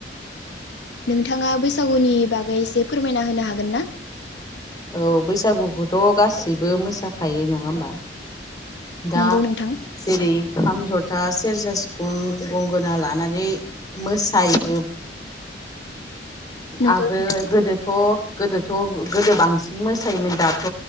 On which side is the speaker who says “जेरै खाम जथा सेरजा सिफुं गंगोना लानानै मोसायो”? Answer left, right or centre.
Left